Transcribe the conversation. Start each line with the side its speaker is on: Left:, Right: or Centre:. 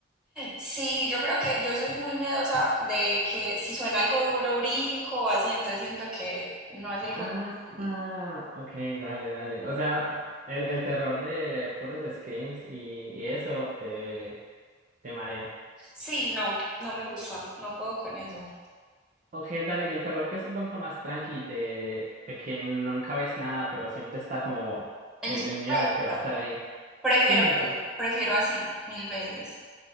Centre: Sí, yo creo que yo soy muy miedosa de que si suena algo duro brinco o así, entonces siento que no es el
Right: Ah,
Centre: juego para mí.
Right: ah, ok, dale, dale. O sea, el, el terror de puros screams y, y eso te, te marea.
Centre: Sí, no, no me gusta, no puedo con eso.
Right: Ok, dale, y el terror que es un poquito más tranqui, de, de que nunca ves nada, pero siempre está como
Centre: El
Right: el,
Centre: suspenso,
Right: el miedo de que va a estar ahí.
Centre: prefiero
Right: Sí, sí, sí.
Centre: eso, prefiero así mil veces.